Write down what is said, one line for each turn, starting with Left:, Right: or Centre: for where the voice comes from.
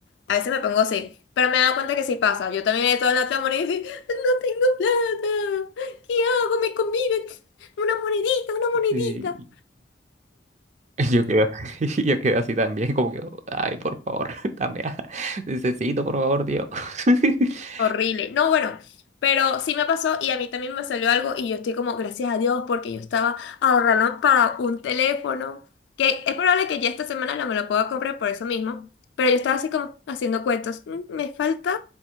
Left: A veces me pongo así, pero me he dado cuenta que sí pasa. Yo también he todo la otra moneda y digo, no tengo plata, ¿qué hago? Me conviven una monedita, una monedita.
Right: Y <laughs> yo quedo, <laughs> yo quedo así también, como que, ay, por favor, <laughs> también, necesito, por favor, Dios. <laughs>
Left: Horrible. No, bueno, pero sí me pasó y a mí también me salió algo y yo estoy como, gracias a Dios, porque yo estaba ahorrando para un teléfono, que es probable que ya esta semana no me lo pueda comprar por eso mismo, pero yo estaba así como haciendo cuentos. "Mm, me falta,